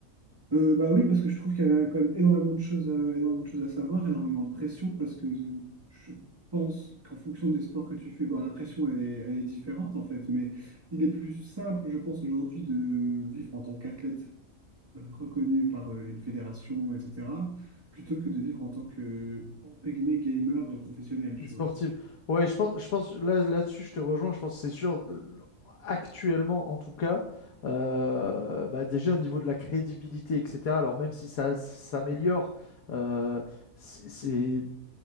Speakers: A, on the right; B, on the left.
A: Euh, bah oui, parce que je trouve qu'il y avait quand même énormément de choses à, énormément de choses à savoir, énormément de pression, parce que je pense qu'en fonction des sports que tu fais, bon, la pression, elle est, elle est différente en fait, mais il est plus simple, je pense, aujourd'hui de vivre en tant qu'athlète euh, reconnu par euh, une fédération, etc., plutôt que de vivre en tant que, entre guillemets, gamer euh, professionnel, tu
B: e-sportive.
A: vois.
B: Ouais, je pense, je pense là, là-dessus, je te rejoins. Je pense que c'est sûr. actuellement en tout cas, euh, bah, déjà au niveau de la crédibilité, etc. Alors même si ça s'améliore, euh, c'est c'est-